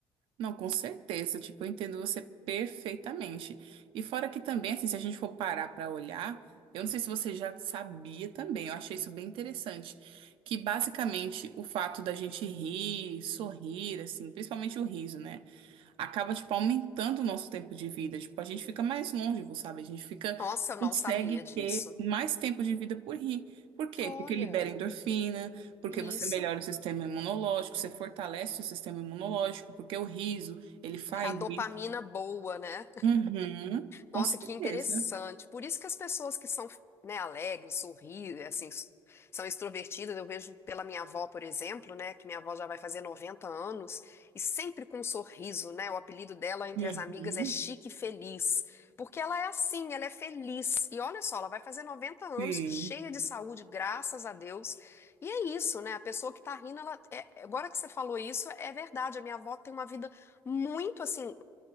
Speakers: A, on the right (about 70°); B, on the left (about 25°).
A: Não, com certeza. Tipo, eu entendo você perfeitamente. E fora que também, assim, se a gente for parar para olhar, eu não sei se você já sabia também, eu achei isso bem interessante, que basicamente o fato da gente rir, sorrir, assim, principalmente o riso, né? acaba, tipo, aumentando o nosso tempo de vida. Tipo, a gente fica mais longevo, sabe? A gente fica,
B: Nossa, eu não
A: consegue
B: sabia disso.
A: ter mais tempo de vida por rir. Por quê?
B: Olha,
A: Porque libera endorfina, porque
B: isso
A: você melhora o sistema imunológico, você fortalece o sistema imunológico, porque o riso, ele faz
B: é a dopamina
A: isso.
B: boa, né?
A: Uhum, com
B: Nossa,
A: certeza.
B: que interessante. Por isso que as pessoas que são, né, alegres, sorri, assim, s- são extrovertidas, eu vejo pela minha avó, por exemplo, né, que minha avó já vai fazer 90 anos e sempre com um sorriso, né? O apelido dela entre
A: Uhum,
B: as amigas é Chique Feliz, porque ela é assim, ela é feliz. E olha só, ela vai fazer noventa anos
A: sim.
B: cheia de saúde, graças a Deus. E é isso, né? A pessoa que tá rindo, ela é- agora que você falou isso, é verdade. A minha avó tem uma vida muito assim,